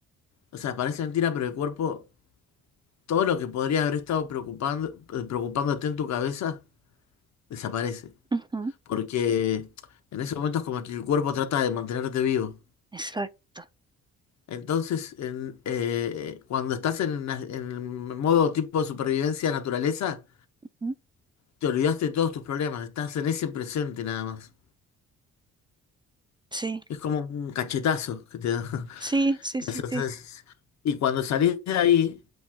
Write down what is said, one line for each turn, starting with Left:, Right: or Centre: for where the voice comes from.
Left: o sea, parece mentira, pero el cuerpo, todo lo que podría haber estado preocupando, eh, preocupándote en tu cabeza, desaparece.
Right: Ujú.
Left: Porque en ese momento es como que el cuerpo trata de mantenerte vivo.
Right: Exacto.
Left: Entonces, en, eh, cuando estás en, la- en el modo tipo de supervivencia naturaleza,
Right: Ujú.
Left: te olvidaste de todos tus problemas, estás en ese presente nada más.
Right: Sí,
Left: Es como un cachetazo que te da.
Right: sí,
Left: <laughs>
Right: sí,
Left: la
Right: sí,
Left: sensación.
Right: sí.
Left: Y cuando salís de ahí